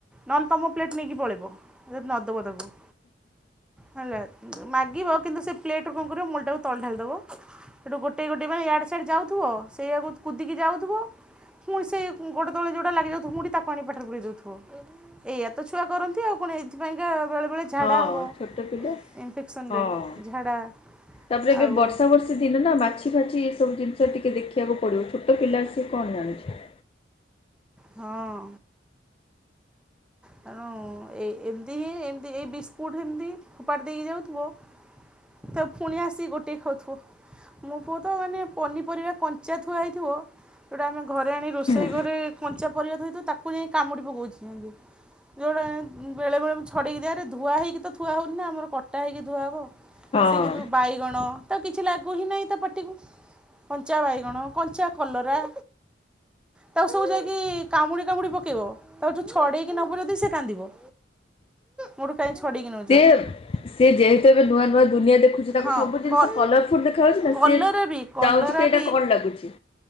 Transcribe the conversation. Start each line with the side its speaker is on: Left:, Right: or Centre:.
Centre: ନହେଲେ ତମ ପ୍ଲେଟ୍ ନେଇକି ପଳେଇବ ଯଦି ନ ଦବ ତାକୁ। ହେଲା ମାଗିବ କିନ୍ତୁ ସେ ପ୍ଲେଟ କଣ କରିବ ମୁଢ଼ିଟାକୁ ତଳେ ଢାଳି ଦବ। ସେଠୁ ଗୋଟେଇ ଗୋଟେ ପାଇଁ ଇଆଡେ ସିଆଡେ ଯାଉଥିବ ସେଇଆକୁ କୁଦିକି ଯାଉଥିବ। ପୁଣି ସେ ଗୋଡ ତଳେ ଯେଉଁଟା ଲାଗିଯାଉଥିବ ମୁଢି ତାକୁ ଆଣି ପାଟିରେ ପୁରେଇ ଦଉଥିବ। ଏଇଆ ତ ଛୁଆ କରନ୍ତି ଆଉ କଣ ଏଇଥିପାଇଁକା ବେଳେ ବଳେ ଝାଡ଼ା
Left: ହଁ
Centre: ହବ
Left: ଛୋଟ ପିଲା
Centre: ଇନଫେକ୍ସନରେ
Left: ହଁ।
Centre: ଝାଡ଼ା
Left: ତାପରେ ଏବେ
Centre: ଆଉ
Left: ବର୍ଷା ବର୍ଷା ସେ ଦିନ ନା ମାଛି ଫାଛି ଏ ସବୁ ଜିନିଷ ଟିକେ ଦେଖିବାକୁ ପଡିବ ଛୋଟ ପିଲା ସିଏ କଣ ଜାଣୁଛି?
Centre: ହଁ। ତେଣୁ ଏ ଏମିତି ହିଁ ଏମିତି ଏଇ ବିସ୍କୁଟ୍ ଏମିତି ଫୋପାଡି ଦେଇକି ଯାଉଥିବ? ତ ଫୁଣି ଆସିକି ଗୋଟେଇକି ଖାଉଥିବ। ମୋ ପୁଅ ତ ମାନେ ପନିପରିବା କଞ୍ଚା ଥୁଆ ହେଇଥିବ ଯୋଉଟା ଆମେ ଘରେ ଆଣି ରୋଷେଇ
Left: ହୁଁ
Centre: ଘରେ କଞ୍ଚା ପରିବା ଥୋଇଥିବୁ ତାକୁ ଯାଇ କାମୁଡ଼ି ପକାଉଚି ଏମିତି। ଯୋଉଡା ବେଳେବେଳେ ମୁଁ ଛଡ଼େଇକି ଦିଆ ହେଇଥାଏ ଧୁଆ ହୋଇକି ତ ଥୁଆ ହୋଉନିନା ଆରେ କଟା ହୋଇକି ଧୁଆ ହେବ।
Left: ହଁ
Centre: ସେ କିନ୍ତୁ ବାଇଗଣ ତାକୁ କିଛି ଲାଗୁ ହିଁ ନାହିଁ ତା ପାଟିକୁ କଞ୍ଚା ବାଇଗଣ, କଞ୍ଚା କଲରା ତାକୁ ସବୁ ଯାଇକି କାମୁଡ଼ି କାମୁଡ଼ି ପକେଇବ ତାକୁ ଯୋଉ ଛଡ଼େଇକି ନବୁ ଯଦି ସେ କାନ୍ଦିବ। ମୋଠୁ କାହିଁ ଛଡେଇକି ନଉଚ।
Left: ସେ ସେ ଯେହେତୁ ଏବେ ନୂଆ ନୂଆ ଦୁନିଆ ଦେଖୁ ତାକୁ
Centre: ହଁ
Left: ସବୁ ଜିନିଷ
Centre: କ
Left: କଲରଫୁଲ ଦେଖାଯାଉଛି ନା
Centre: କଲରା
Left: ସିଏ
Centre: ବି କଲରା
Left: ଚାହୁଁଛି କି ଏଇଟା
Centre: ବି
Left: କଣ ଲାଗୁଚି।